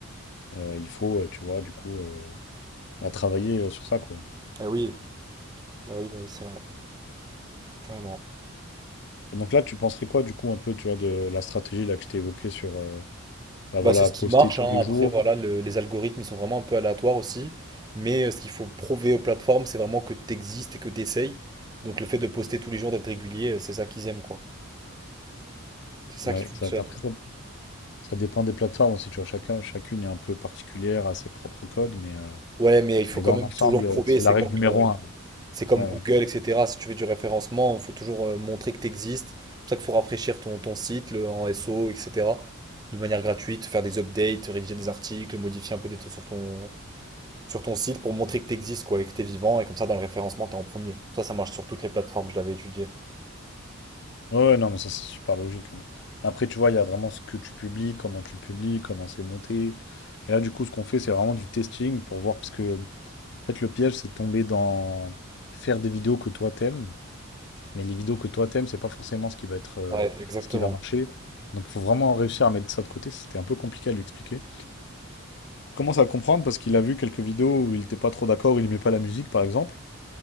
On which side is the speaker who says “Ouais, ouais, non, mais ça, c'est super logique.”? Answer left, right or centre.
Left